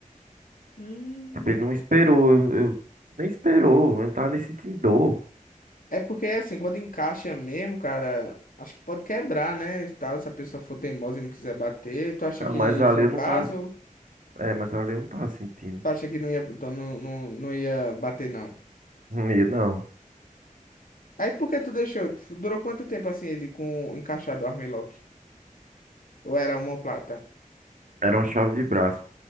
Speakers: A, on the left; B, on the right.
A: Hum.
B: Tipo, ele não esperou, eu, eu- nem esperou, eu não tava nem sentindo dor.
A: É porque assim, quando encaixa mesmo, cara, acho que pode quebrar, né? e Tal, se a pessoa for teimosa e não quiser bater, tu acha
B: Ah,
A: que
B: mas ali
A: foi
B: eu
A: o caso?
B: não tava, é, mas ali eu não tava sentindo.
A: Tu acha que não ia, então não, não, não ia bater, não?
B: Não ia, não,
A: Aí por que tu deixou? Durou quanto tempo assim ele com encaixado o armlock? Ou era uma plata?
B: era uma chave de braço.